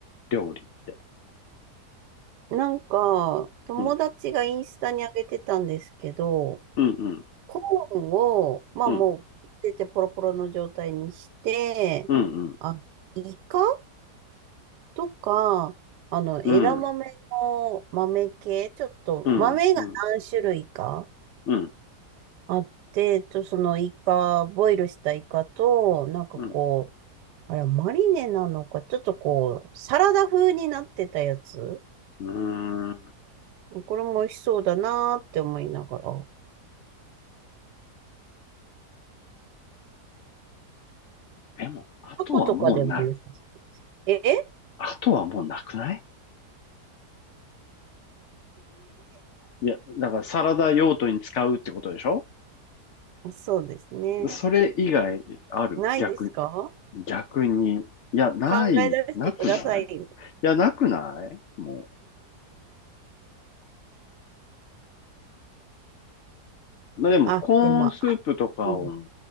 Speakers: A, on the left; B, on the right.
A: 料理って。
B: なんか、友達がインスタに上げてたんですけど、
A: うん、うん、うん、
B: コーンを、まあもう、
A: うん、
B: 出てポロポロの状態にして、
A: うん、
B: あ、イカとか、あの、枝豆の豆系、
A: うん、うん、
B: ちょっと、
A: うん、
B: 豆が何種類か
A: うん、うん、
B: あって、と、そのイカ、ボイルしたイカと、なんかこう、
A: うん。
B: あれ、マリネなのか、ちょっとこう、サラダ風になってたやつ。
A: うーん
B: これも美味しそうだなーって思いながら。
A: でも、あとはもうな、
B: タコとかでも良さそうです。
A: ん
B: え
A: あとはもうなくないいや、だからサラダ用途に使うってことでしょ
B: <laughs> そうですね。
A: それ以外ある逆、
B: ないですか
A: 逆に。いや、ない、
B: 考え出してくださいよ。
A: なくないいや、なくないもう。まあ、でも、
B: あ、
A: コーンスープとかを、
B: でも、あうん、